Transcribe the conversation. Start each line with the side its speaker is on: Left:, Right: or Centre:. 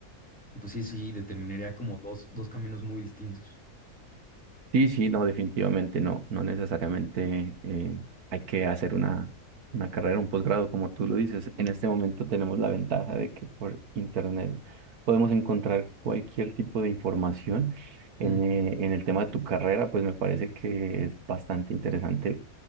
Centre: pues sí, sí, determinaría como dos, dos caminos muy distintos.
Right: Sí, sí, no, definitivamente no, no necesariamente eh, hay que hacer una, una carrera, un posgrado, como tú lo dices. En este momento tenemos la ventaja de que por internet podemos encontrar cualquier tipo de información. En,
Centre: Mm,
Right: eh, en el tema de tu carrera, pues me parece que es bastante interesante.